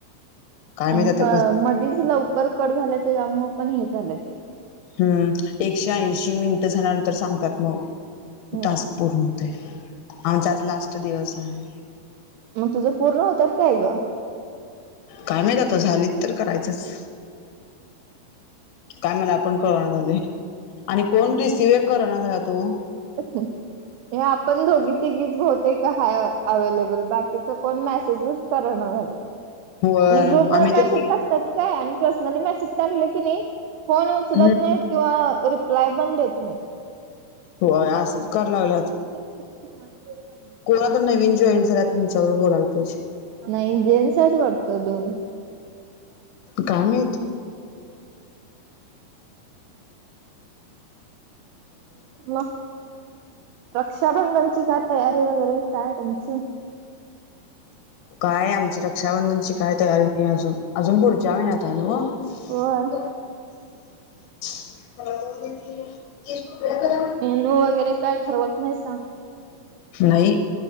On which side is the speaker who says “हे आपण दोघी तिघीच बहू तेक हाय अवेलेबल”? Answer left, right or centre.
Right